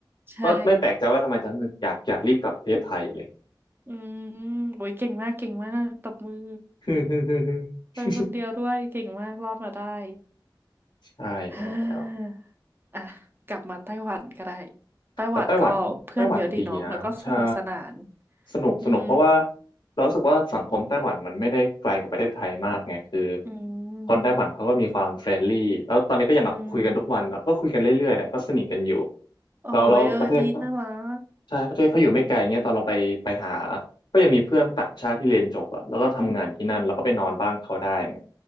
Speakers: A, on the right (about 25°); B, on the left (about 70°).
A: ใช่
B: ก็ไม่แปลกใจว่าทำไมฉันอยากอยากรีบกลับประเทศไทยเลย
A: อืมโอ้ยเก่งมากเก่งมากตบมือ
B: <laughs>
A: ไปคนเดียวด้วย เก่งมากรอดมาได้
B: ใช่แล้ว
A: <sighs> ฮ่าอ่ะกลับมาไต้หวันก็ได้ไต้หวันก็เพื่อนเยอะดีเนาะแล้วก็สนุกสนาน
B: แต่ไต้หวันไต้หวันดีนะใช่ สนุกสนุกเพราะว่า
A: อืม
B: เรารู้สึกว่าสังคมไต้หวันมันไม่ได้ไกลกับประเทศไทยมากไงคือ
A: อืม
B: คนไต้หวันเขาก็มีความเฟรนลี่แล้วตอนนี้ก็ยังแบบคุยกันทุกวันแบบก็คุยกันเรื่อยๆแหละก็สนิทกันอยู่
A: อืมโอ้ยเออดีน่ารัก
B: เราเราประเทศก็ใช่ประเทศเขาอยู่ไม่ไกลเงี้ยตอนเราไปไปหาก็ยังมีเพื่อนต่างชาติที่เรียนจบอะแล้วก็ทำงานที่นั่นแล้วก็ไปนอนบ้านเขาได้ไง